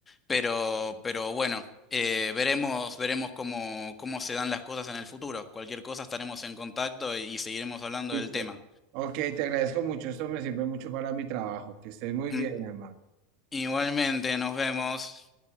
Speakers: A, on the left; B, on the right.
A: pero, pero bueno. Eh, veremos, veremos cómo, cómo se dan las cosas en el futuro. Cualquier cosa estaremos en contacto y, y seguiremos hablando
B: Listo.
A: del tema.
B: Ok, te agradezco mucho, esto me sirve mucho para mi trabajo, que estés muy
A: Mm,
B: bien, hermano.
A: Igualmente, nos vemos.